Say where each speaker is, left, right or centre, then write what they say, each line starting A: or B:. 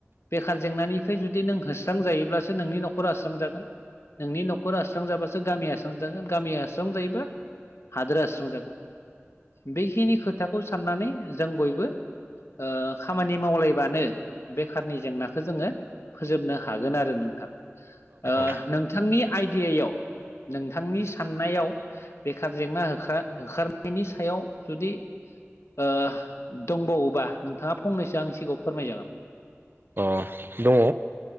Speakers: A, on the left (about 65°); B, on the right (about 50°).
A: बेखार जेंनानिफ्राय जुदि नों होस्रांजायोब्लासो नोंनि न'खरा होस्रांजागोन। नोंनि न'खरा होस्रांजाबासो गामिया होस्रांजागोन गामिया होस्रांजायोबा हादोर आ होस्रां जागोन बेखिनि खोथाखौ साननानै जों बयबो ओ खामानि मावलायबानो बेखारनि जेंनाखौ जोङो फोजोबनो हा हागोन आरो नोंथां। ओ
B: औ अ
A: नोंथांनि आइडियायाव नोंथांनि साननायाव बेखार जेंना हो होखारनायनि सायाव जुदि ओ दंबावोबा नोंथाङा फंनैसो आंनि सिगाङाव फोरमायजागोन।
B: दङ।